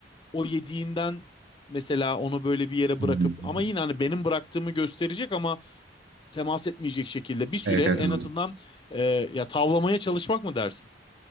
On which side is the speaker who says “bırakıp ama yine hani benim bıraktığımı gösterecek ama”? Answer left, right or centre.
Left